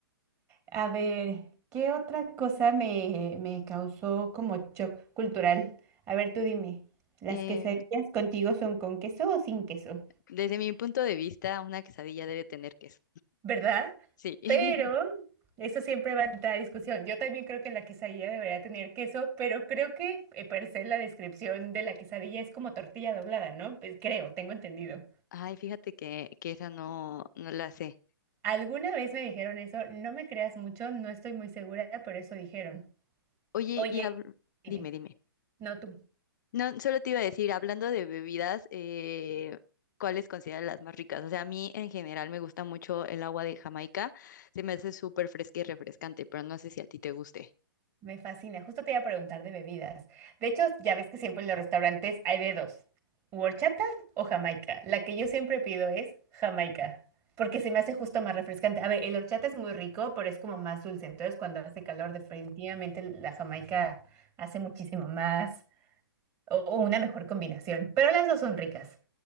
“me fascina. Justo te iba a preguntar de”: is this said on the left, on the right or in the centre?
Right